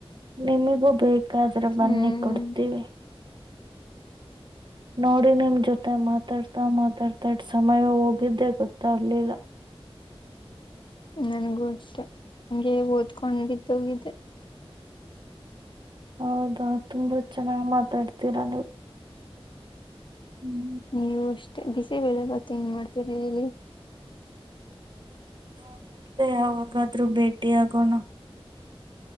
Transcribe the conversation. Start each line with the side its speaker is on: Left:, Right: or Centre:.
Right: ನಿಮಿಗೂ ಬೇಕ ಆದ್ರೆ ಬನ್ನಿ
Left: ಹ್ಮ್
Right: ಕೊಡ್ತೀವಿ ನೋಡಿ ನಿಮ ಜೊತೆ ಮಾತಾಡ್ತಾ ಮಾತಾಡ್ತಾ ಸಮಯ ಹೋಗಿದ್ದೆ ಗೊತ್ತಾಗ್ಲಿಲ್ಲ
Left: ನನ್ಗೂ ಅಷ್ಟೇ ಹಂಗೆ ಓದ್ಕೊಂಡಿದ್ದಿದೊಗಿದೆ
Right: ಹೌದಾ ತುಂಬಾ ಚೆನ್ನಾಗ್ ಮಾತಾಡ್ತೀರ ನೀವು ಹ್ಮ್,
Left: ನೀವು ಅಷ್ಟೇ ಬಿಸಿಬೇಳೆ ಬಾತ್ ಹೆಂಗ ಮಾಡ್ತೀರ ಹೇಳಿ
Right: ಹ ಮತ್ತೆ ಅವಾಗಾದ್ರೂ ಭೇಟಿಯಾಗೋಣ